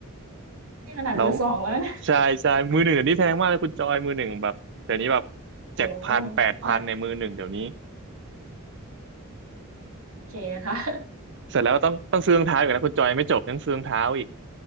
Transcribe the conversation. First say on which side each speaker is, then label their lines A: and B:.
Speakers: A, on the right; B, on the right.
A: นี่ขนาดมือสองแล้วเนี่ย
B: แล้วใช่ใช่ มือหนึ่งเดี๋ยวนี้แพงมากเลยคุณจอยมือหนึ่งแบบเดี๋ยวนี้แบบ
A: โอ้
B: เจ็ดพันแปดพันในมือหนึ่งเดี๋ยวนี้
A: แล้วโอเคค่ะ
B: เสร็จแล้วก็ต้องต้องซื้อรองเท้าอีกนะคุณจอยไม่จบยังซื้อรองเท้าอีก